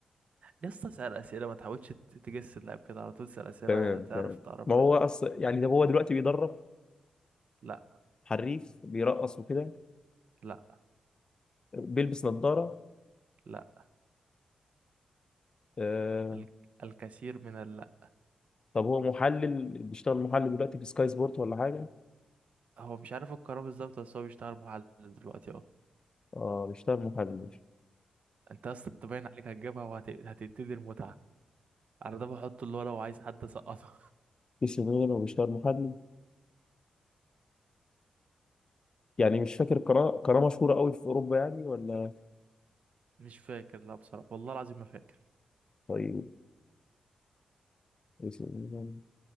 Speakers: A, on the right; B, on the left.
A: يسطا اسأل أسئلة ما تحاولش ت- تجس اللاعب كده على طول اسأل أسئلة
B: تمام
A: تعرف
B: تمام
A: تعرف
B: ما هو
A: بقى
B: اصلا يعني ده هو دلوقتي بيدرب
A: لا
B: حريف بيرقص وكده
A: لا
B: بيلبس نظارة
A: لا
B: آه...
A: ال- الكثير من اللا
B: طب هو محلل بيشتغل محلل دلوقتي في سكاي سبورت ولا حاجة
A: هو مش عارف القرار بالظبط بس هو بيشتغل محلل دلوقتي اه
B: اه بيشتغل محلل
A: انت اصلا انت باين عليك هتجيبها وهتبتدي المتعة على ده بحط اللي هو لو عايز حد اسقطه
B: في سي ميلان وبيشتغل محلل يعني مش فاكر قناة قناة مشهورة قوي في أوروبا يعني ولا
A: مش فاكر لا بصراحة والله العظيم ما فاكر
B: طيب إيه سي ميلان